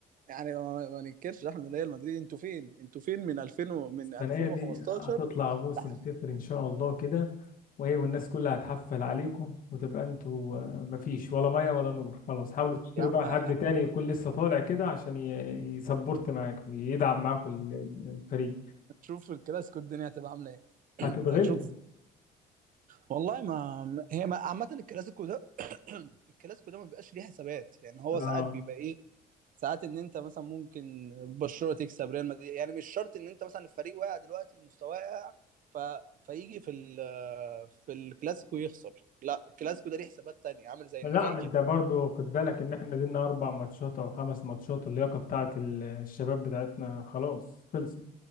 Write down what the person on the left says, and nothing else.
السنة
دي هتطلع موسم
صفر إن شاء الله كده وإيه والناس كلها هتحفل عليكم وتبقى أنتوا آه، مفيش ولا مية ولا نور خلاص حاولوا تشتروا
بقى
حد تاني يكون لسه طالع كده عشان ي- يسبورت معاك ويدعم معاكم ال- ال- الفريق
هتتغلبوا
اه
لا
ما
انت برضو خد بالك ان احنا دينا اربع ماتشات او خمس ماتشات اللياقة بتاعت ال- الشباب بتاعتنا خلاص خلصت